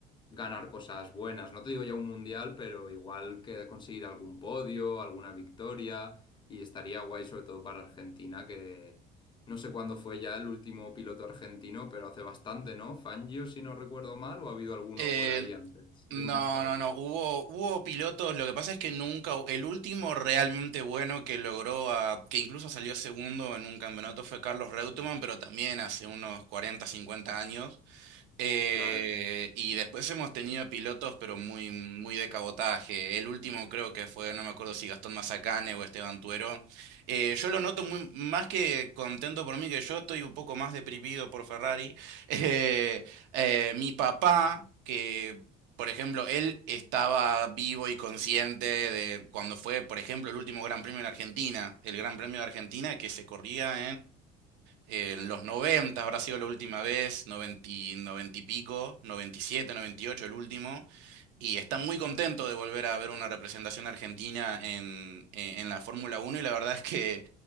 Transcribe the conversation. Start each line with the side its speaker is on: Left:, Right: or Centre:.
Left: ganar cosas buenas. No te digo ya un mundial, pero igual que conseguir algún podio, alguna victoria. Y estaría guay sobre todo para Argentina no sé cuándo fue ya el último piloto argentino, pero hace bastante, ¿no? Fangio, si no recuerdo mal, o ha habido alguno
Right: Eh,
Left: por ahí antes, de-
Right: No,
Left: más tarde.
Right: no, no. Hubo, hubo pilotos. Lo que pasa es que nunca, hu- el último realmente bueno que logró, a- que incluso salió segundo en un campeonato fue Carlos Reutemann, pero también hace unos 40, 50 años. Eh,
Left: Claro.
Right: y después hemos tenido pilotos, pero muy, muy de cabotaje. El último creo que fue, no me acuerdo si Gastón Mazacane o Esteban Tuero. Eh, yo lo noto muy, más que contento por mí, que yo estoy un poco más deprimido por Ferrari. <laughs> Eh, eh, mi papá, que por ejemplo, él estaba vivo y consciente de cuando fue, por ejemplo, el último Gran Premio en Argentina, el Gran Premio de Argentina que se corría en los 90 habrá sido la última vez, noventa y- 90 y pico, 97, 98 el último, y está muy contento de volver a ver una representación argentina en, en- en la Fórmula uno y la verdad es que,